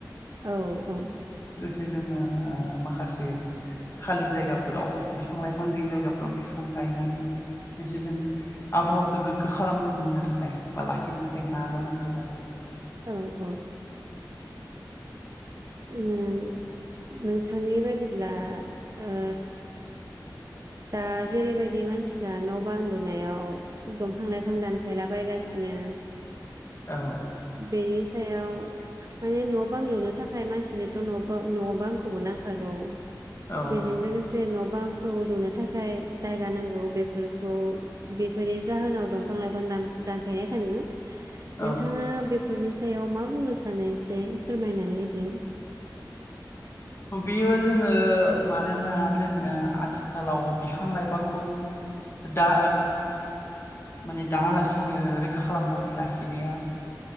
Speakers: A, on the right (about 50°); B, on the left (about 40°).
A: औ औ
B: जोंङो ओ माखासे खालि जायगाफोराव बिफां लाइफां गैयै जायगाफोराव बिफां गायनानै एसे जों आबहावाखौ गोगगो खालामनो थाखाय बा लाखिनो थाखाय नाजानांगौ आरो।
A: औ औ ओम। नोंथांनि बायदिब्ला ओ दा जेरैबायदि मानसि फ्रा न' बां लुनायाव एकदम बिफां लाइफां दानफायलाबायगासिनो
B: औ
A: बे <unintelligible> माने न' बां लुनो थाखाय मानसिनोथ' नबा न' बां खौबो नांखागौ।
B: औ
A: बेजों लोगोसे न' बा बांखौ लुनो थाखाय जायगा नांगौ बेफोरखौ बेफोरनि जाहोनाव दंफां लाइफां दान दानफायनाय थांदों।
B: औ
A: नोंथाङा बेफोरनि सायाव मा बुंनो सानो एसे फोरमायना नानै होदो?
B: बेयो जोङो मानोना जोङो आथिखालाव बिफां लाइफांखौ दा माने दानालासिनो रैखा खालामनानै लाखिनाया